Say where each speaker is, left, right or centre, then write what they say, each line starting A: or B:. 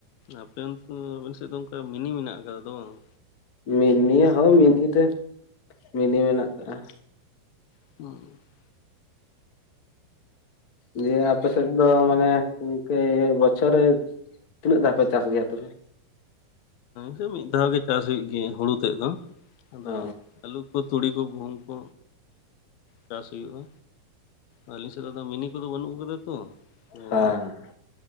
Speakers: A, on the left; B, on the left.
A: ᱟᱯᱮ ᱚᱱᱛᱮ ᱫᱚ <unintelligible> ᱚᱱᱠᱟ ᱢᱤᱱᱤ ᱢᱮᱱᱟᱜ ᱟᱠᱟᱫᱟ ᱛᱚ ᱵᱟᱝ?
B: ᱢᱤᱱᱤ ᱦᱚᱸ ᱢᱤᱱᱤ ᱛᱮ ᱢᱤᱱᱤ ᱢᱮᱱᱟᱜ ᱠᱟᱜᱼᱟ ᱾
A: <unintelligible>
B: ᱫᱤᱭᱮ ᱟᱯᱮ ᱥᱮᱫ ᱫᱚ ᱢᱟᱱᱮ ᱜᱚᱢᱠᱮ ᱵᱚᱪᱷᱚᱨ ᱛᱤᱱᱟᱹᱜ ᱫᱷᱟᱣ ᱯᱮ ᱪᱟᱥ ᱜᱮᱭᱟ ᱛᱚᱵᱮ?
A: ᱦᱮ ᱢᱤᱫ ᱫᱷᱟᱣ ᱜᱮ ᱪᱟᱥ ᱦᱩᱭᱩᱜ ᱜᱮᱭᱟ ᱦᱩᱲᱩ ᱛᱮᱫ ᱫᱚ ᱟᱫᱚ
B: ᱚ
A: ᱟᱹᱞᱩ ᱠᱚ ᱛᱩᱲᱤ ᱠᱚ ᱜᱩᱦᱩᱢ ᱠᱚ ᱪᱟᱥ ᱦᱩᱭᱩᱜᱼᱟ᱾ ᱟᱹᱞᱤᱧ ᱥᱮᱫ ᱫᱚ ᱢᱤᱱᱤ ᱠᱚᱫᱚ ᱵᱟᱹᱱᱩᱜ ᱠᱟᱫᱟ ᱛᱚ
B: ᱦᱮᱸ
A: ᱚᱭ